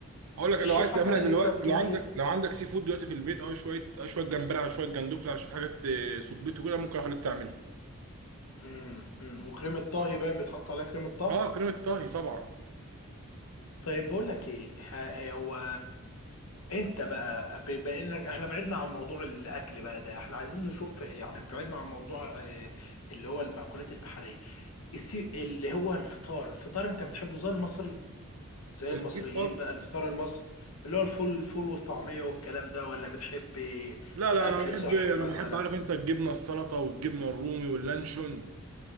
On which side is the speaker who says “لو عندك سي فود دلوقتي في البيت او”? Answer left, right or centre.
Right